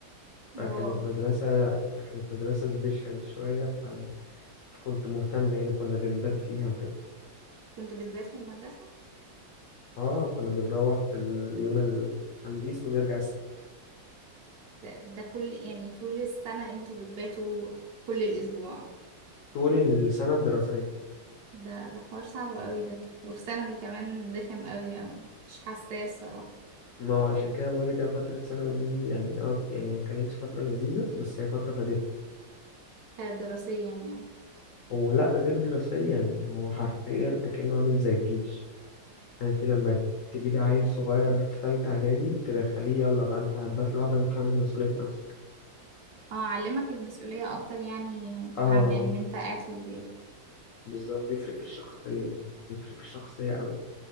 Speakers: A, on the right (about 65°); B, on the left (about 80°).
A: واو
B: فكانت مدرسة فكانت مدرسة سبيشال شوية ف... فكنت مهتم يعني كنا بنبات فيها وكده
A: كنت بتبات في المدرسة
B: اه كنا بنروح في اليوم الخميس ونرجع السبت
A: ده, ده كل يعني طول السنة انتوا بتباتوا كل الأسبوع
B: طول السنة الدراسية
A: ده ده حوار صعب قوي ده وفي ثانوي كمان رخم قوي أوي. مش حساس صراحة
B: ما هو عشان كده بقول لك انا فتره ثانوي دي يعني اه يعني ما كانتش فتره لذيذه بس هي فتره فادتني
A: دراسيا يعني يعني
B: ولا غير دراسيا هو حرفيا اكنه عامل زي الجيش يعني انت لما تجيبي عيل صغير في تالتة اعدادي تدخليه يلا بقى انت هتبات لوحدك وتحمل مسؤوليه نفسك
A: اه علمك المسؤولية أكتر يعني
B: اه
A: عن إن أنت قاعد في البيت
B: بالظبط بيفرق في الشخصيه بيفرق في الشخصيه قوي